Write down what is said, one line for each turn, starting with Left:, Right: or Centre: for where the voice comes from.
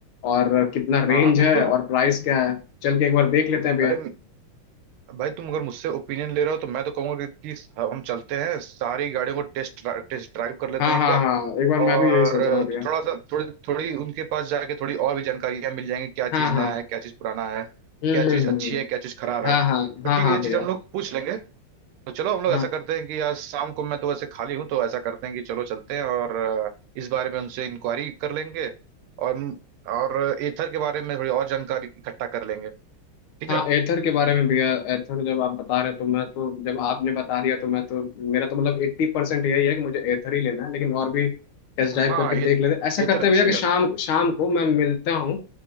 Left: और कितना रेंज
Right: हाँ हाँ बिल्कुल
Left: है और प्राइस क्या है चल के एक बार देख लेते हैं भैया
Right: अरे भाई तुम अगर मुझसे ओपिनियन ले रहे हो तो मैं तो कहूंगा कि, कि हम चलते हैं सारी गाड़ियों को टेस्ट टेस्ट ड्राइव कर लेते
Left: हाँ
Right: हैं
Left: हाँ
Right: एक बार
Left: हाँ एक बार मैं
Right: और
Left: भी यही सोच रहा हूँ भैया
Right: थोड़ा सा थोड़ी थोड़ी उनके पास जाके थोड़ी और भी जानकारियां मिल जाएंगी क्या चीज
Left: हाँ हाँ
Right: नया है क्या चीज पुराना है
Left: हम्म
Right: क्या
Left: हम्म
Right: चीज
Left: हम्म
Right: अच्छी
Left: हम्म।
Right: है क्या चीज खराब
Left: हाँ
Right: है तो
Left: हाँ हाँ
Right: ठीक है
Left: हाँ
Right: ये
Left: भैया
Right: चीज हम लोग पूछ लेंगे तो चलो हम लोग
Left: हाँ
Right: ऐसा करते हैं कि आज शाम को मैं तो वैसे खाली हूँ तो ऐसा करते हैं कि चलो चलते हैं और अ, इस बारे में उनसे इंक्वायरी कर लेंगे और और एथर के बारे में थोड़ी और जानकारी इकट्ठा कर लेंगे ठीक
Left: हाँ
Right: है
Left: एथर के बारे में भैया एथर जब आप बता रहे तो मैं तो जब आपने बता दिया तो मैं तो मेरा तो मतलब एट्टी परसेंट यही है कि मुझे एथर ही लेना है लेकिन और भी टेस्ट ड्राइव
Right: हाँ
Left: करके
Right: ये
Left: देख लेते हैं ऐसा
Right: एथर
Left: करते
Right: अच्छी
Left: हैं भैया कि
Right: है
Left: शाम शाम को मैं मिलता हूँ